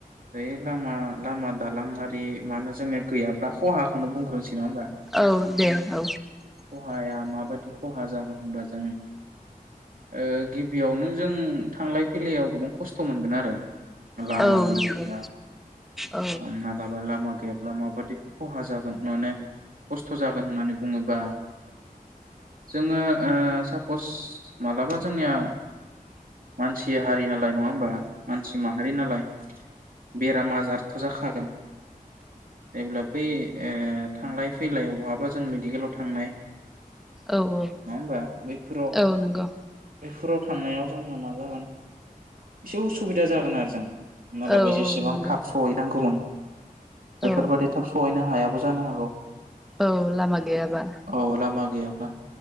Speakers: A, on the right; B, in the centre.
A: बे लामा लामा दालांआरि मानो जोंनिया गैयाब्ला खहाखौनो बुंग्रोसै नङा होमबा
B: औ दे औ
A: खहाया माबायदि खहा जाग होनबा जों ओ गिबियावनो जों थांलाय फैलायाव गोबां खस्थ' मोनगोन आरो लामा
B: औ
A: गैयाब्ला
B: नंगौ औ
A: हमना लाबाय लामा गैयाब्ला माबादि खहा जागोन माने खस्थ' जागोन होननानै बुङोबा जोङो ओ सब खस मालाबा जोंनिया मानसि हारि नालाय नङा होमबा मानसि माहारि नालाय बेराम आ जारथ' जाखागोन एब्ला बे ए थांलाय- फैलाय बहाबा जों मेडिकेलाव थांनाय
B: औ -औ-
A: नङा होमबा बैफोराव
B: औ नंगौ
A: बेफोराव थांनायाव जोंनिया मा जागोन एसे उसुबिदा जागोन आरो जों मालाबा
B: औ
A: जेसेबां
B: औ नंगौ
A: थाब सहैनांगौमोन बेफोरबायादि
B: औ
A: थाब सहैना हायाबो जानो हागौ
B: औ लामा गैयाबा
A: औ लामा गैयाब्ला